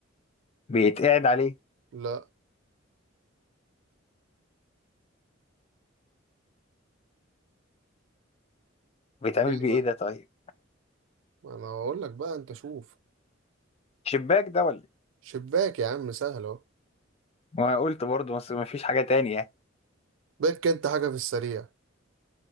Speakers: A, on the left (about 30°); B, on the right (about 65°).
A: بيتقعد عليه
B: لا
A: بيتعمل
B: ايه
A: بيه
B: ده
A: ايه ده طيب
B: ما انا هقول لك بقى انت شوف
A: شباك ده ولا
B: شباك يا عم سهل اهو
A: وانا قلت برضه بس مفيش حاجة تانية يعني
B: بك انت حاجة في السريع